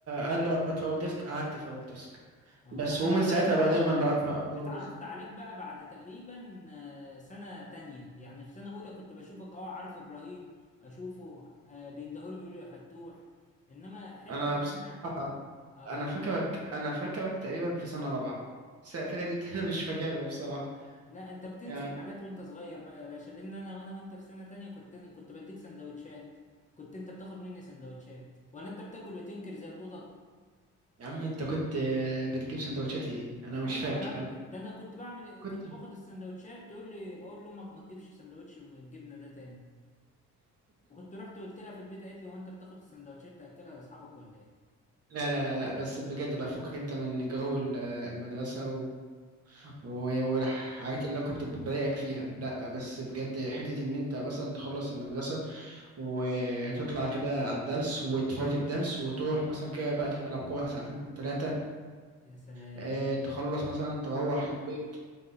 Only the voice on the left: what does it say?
اه
انا
اتعرفت
عليك
بقى
اتعرفت
عليك بقى بعد تقريبا آه، سنة تانية يعني في سنة اولى كنت بشوفك اه عارف ابراهيم اشوفه آه، بيندهولي بيقولوا يا فتوح انما حتة
ان
انا اه
لا انت بتنسى
الحاجات وانت صغير بقى يا باشا لان انا وانا وانت في سنة تانية كنت كنت بديك سندوتشات كنت انت بتاخد مني سندوتشات ولا انت بتاكل وتنكر زي القطط
ايوه
يا عم
ده انا كنت بعمل
كنت
باخد السندوتشات تقول لي بقول لامك ما تجيبش سندوتش من الجبنة ده تاني وكنت رحت وقلت لها في البيت قالت لي هو انت بتاخد السندوتشات تاكلها لاصحابك ولا ايه
يا سلام